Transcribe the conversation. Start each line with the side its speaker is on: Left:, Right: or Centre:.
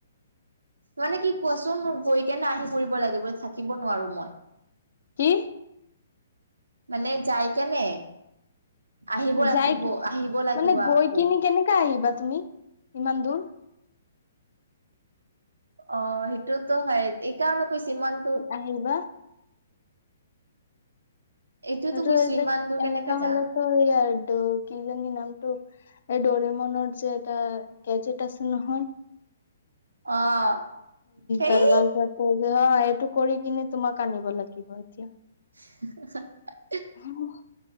Right: মানে কি কোৱাচোন গৈ কেনে আহি পৰিব লাগিব, থাকিব নোৱাৰো মই।
Left: কি
Right: মানে যাই কেনে। আহিব লাগিব
Left: যাই কি
Right: আহিব লাগিব
Left: মানে গৈ
Right: আকৌ
Left: কিনি কেনেকা আহিবা তুমি ইমান দূৰ।
Right: অ' সেইটোতো হয় এইকাৰণে কৈছো ইমানটো।
Left: আহিব।
Right: এইটোতো
Left: হেতুৰেদি
Right: কৈছো ইমান দূৰ কেনেকে
Left: এনেকুৱা
Right: যাম
Left: হ'লে কৰিয়াৰ দোষ। কি জানি নামটো এই ডৰেমনৰ যে এটা গেজেট আছে নহয়।
Right: অ' সেই
Left: তাৰমাজতে <unintelligible> এইটো কৰি কিনি তোমাক আনিব লাগিব এতিয়া।
Right: <inaudible>
Left: হোমহ